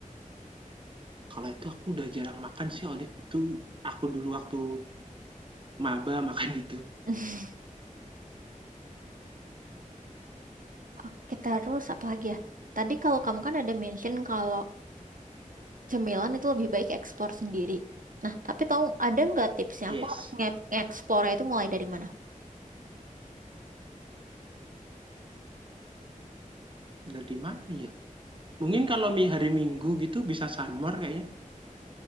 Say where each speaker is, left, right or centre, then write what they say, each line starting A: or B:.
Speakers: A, on the right; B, on the right.
A: Kalau itu aku udah jarang makan sih olive itu, aku dulu waktu maba makan itu.
B: <laughs> Oke, terus apa lagi ya? Tadi kalau kamu kan ada mention kalau cemilan itu lebih baik eksplor sendiri. Nah, tapi tahu ada nggak tipsnya?
A: Yes.
B: Aku harus nge- nge-explore-nya itu mulai dari mana?
A: Dari mana ya? Mungkin kalau mi hari Minggu gitu bisa Sunmor kayaknya,